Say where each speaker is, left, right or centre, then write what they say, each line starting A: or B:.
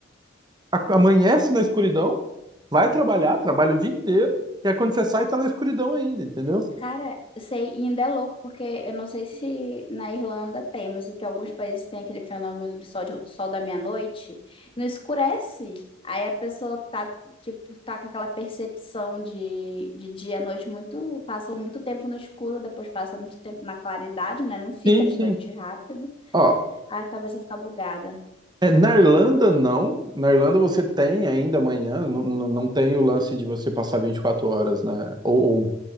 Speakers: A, on the right; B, on the left.
A: a- amanhece na escuridão, vai trabalhar, trabalha o dia inteiro, e aí quando você sai, tá na escuridão ainda, entendeu?
B: Cara, eu sei, e ainda é louco, porque eu não sei se na Irlanda tem, mas é que alguns países têm aquele fenômeno do sol, de- sol da meia-noite, não escurece. Aí a pessoa tá, tipo, tá com aquela percepção de, de dia à noite muito, passa muito tempo no escuro, depois passa muito tempo na claridade, né? Não fica
A: Sim,
B: de
A: sim.
B: noite rápido,
A: Ó,
B: aí a cabeça fica bugada.
A: É, na Irlanda, não. Na Irlanda você tem ainda amanhã, não, não não tem o lance de você passar 24 horas, né? Ou, ou,